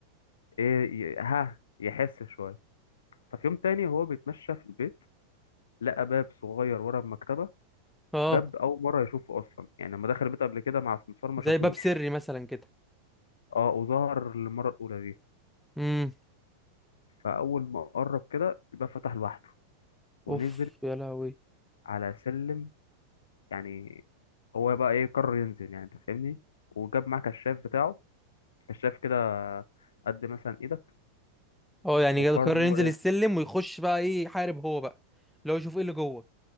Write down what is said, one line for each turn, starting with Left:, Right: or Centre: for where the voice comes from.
Left: إيه ي- ها يحس شوية ففي يوم تاني هو بيتمشى في البيت لقى باب صغير ورا المكتبة
Centre: اه
Left: باب أول مرة يشوفه أصلا يعني لما دخل البيت قبل كده مع السمسار ما
Centre: زي
Left: شافوش
Centre: باب سري مثلا كده
Left: اه وظهر للمرة الأولى دي
Centre: امم
Left: فأول ما قرب كده الباب فتح لوحده ونزل
Centre: اوف يا لهوي
Left: على سلم يعني هو بقى إيه قرر ينزل يعني أنت فاهمني وجاب معاه كشاف بتاعه كشاف كده قد مثلا إيدك
Centre: اه يعني
Left: وقرر
Centre: قرر
Left: إن
Centre: ينزل
Left: هو إيه
Centre: السلم ويخش بقى ايه يحارب هو بقى لو يشوف ايه اللي جوه